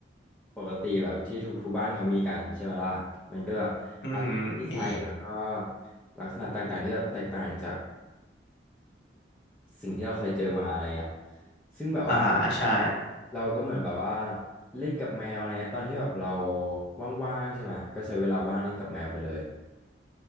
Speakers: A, in the centre; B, on the left (about 65°).
A: ปกติแบบที่ทุกทุกบ้านเขามีกันใช่ไหมล่ะมันก็
B: อือหือมี
A: อาจจะมีนิสัยแล้วก็ลักษณะต่างๆที่แบบแตกต่างจาก สิ่งที่เราเคยเจอมาอะไรเงี้ยซึ่งแบบว่า
B: อาหารใช่
A: เราก็เหมือนแบบว่าเล่นกับแมวอะไรเงี้ยตอนที่แบบเราว่างๆใช่ไหมก็ใช้เวลาว่างเล่นกับแมวไปเลย